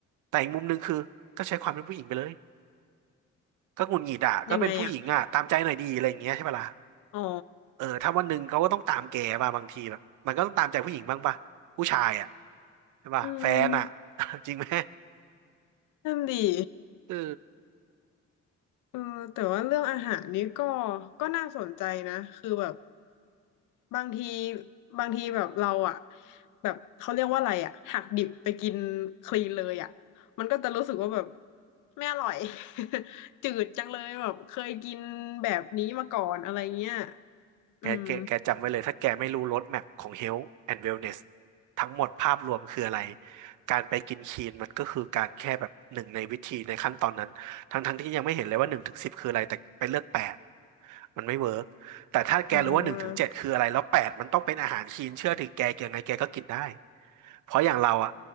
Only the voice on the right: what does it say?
แต่อีกมุมหนึ่งคือก็ใช้ความเป็นผู้หญิงไปเลยก็หงุดหงิดอ่ะก็เป็นผู้หญิงอ่ะตามใจหน่อยดีอะไรอย่างเงี้ยใช่ปะล่ะ
เออถ้าวันหนึ่งเขาก็ต้องตามแกป่ะบางทีแบบมันก็ต้องตามใจผู้หญิงบ้างป่ะผู้ชายอ่ะใช่ป่ะแฟนอ่ะ
<laughs> จริงไหม
เออ
แกแกแกจำไว้เลยถ้าแกไม่รู้ร
o ดแม p ของ Health and Wellness ทั้งหมดภาพรวมคืออะไรการไปกินคีนมันก็คือการแค่แบบหนึ่งในวิธีในขั้นตอนนั้นทั้งทั้งที่ยังไม่เห็นเลยว่าหนึ่งถึงสิบคืออะไรแต่ไปเลือกแปดมันไม่เวิร์กแต่ถ้าแกรู้ว่าหนึ่งถึงเจ็ดคืออะไรแล้วแปดมันต้องเป็นอาหารคีนเชื่อถือแกแกยังไงแกก็กินได้
เพราะอย่างเราอะ